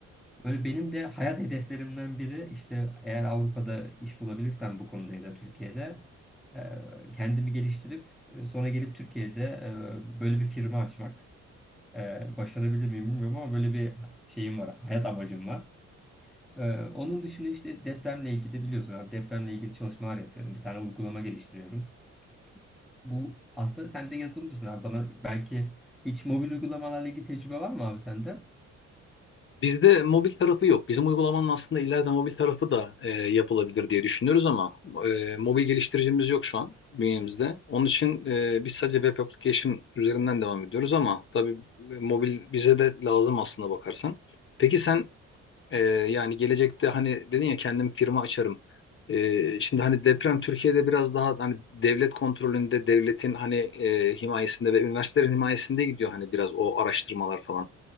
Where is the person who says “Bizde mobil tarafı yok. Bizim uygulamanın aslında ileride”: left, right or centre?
Left